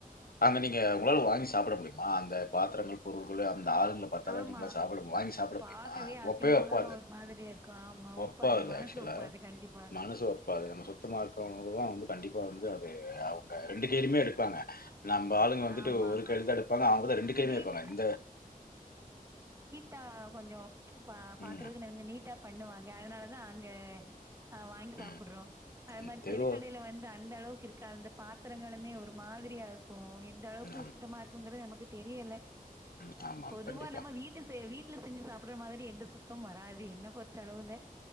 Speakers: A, on the left; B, on the right.
A: அங்க நீங்க
B: ஆ.
A: இவ்ளவு வாங்கி சாப்ட முடியும் ஆ அந்த பாத்திரங்கள் பொருள்கள <inaudible> <inaudible> பாத்த ஆளும்
B: ஆமா.
A: சாப்பு வாங்கி சாப்புட
B: பாக்கவே
A: முடியுமா
B: அசிங்கமா
A: ஒப்போ ஒப்பாது
B: ஒரு மாதிரியா இருக்கும். ஆமா.
A: ஒப்பாது
B: மனசு
A: ஆக்சுவலா
B: ஒப்பாது. கண்டிப்பா.
A: மனசு ஒப்பாது நம்ம சுத்தமா இருக்குறவங்கெல்ல வந்த கண்டிப் இப்ப வந்து அத அவுங்க ரெண்டு பேருமே எடுப்பாங்க நம்ப ஆளுங்க வந்துட்டு
B: ஆமா.
A: ஒரு கையில தான் எடுப்பாங்க அவுங்கதான் ரண்டு கையிமே
B: இதே
A: எப்பாங்க
B: இப்ப
A: இந்த
B: தா கொஞ்சோ ப பாக்குறதுகு
A: ம்,
B: கொஞ்ச நீட்டா பண்ணுவாங்க அதனாலதா அங்க அஹ் வாங்கி சாப்புறோம்
A: ம்,
B: அது
A: ம்.
B: மாரி
A: தெருவ
B: தெருக்கடையில வந்து அந்த அளவுக் இருக்காது அந்த பாத்திரங்கேளுமே ஒரு மாதிரியா இருக்கும் இந்தந்த அளவுக்கு
A: ம் ஆமா,
B: சுத்தமா இருக்குங்கிறது எமக்கு துக்கு தெரியல
A: ம் ஆமா.
B: பொதுவா
A: கண்டிப்பா.
B: நம்ம வீட்டு சேவிப் வீட்டுல செஞ்சு சாப்புடுற மாதிரி எந்த சுத்தம் வராது என்ன பொறுத்தளவுல